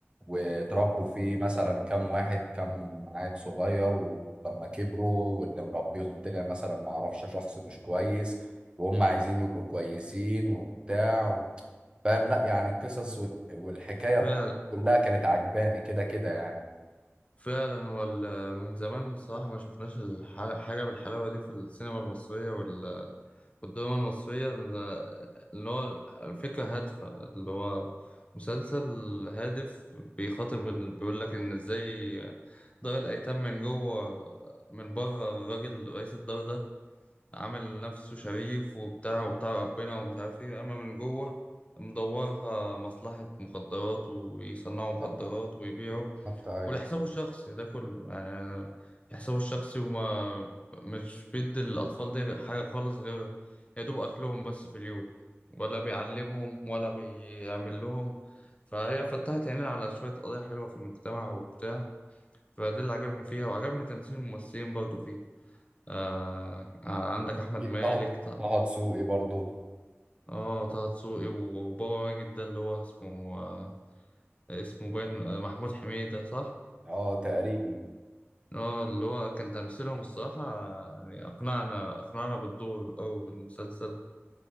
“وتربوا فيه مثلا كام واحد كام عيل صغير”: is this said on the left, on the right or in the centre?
Right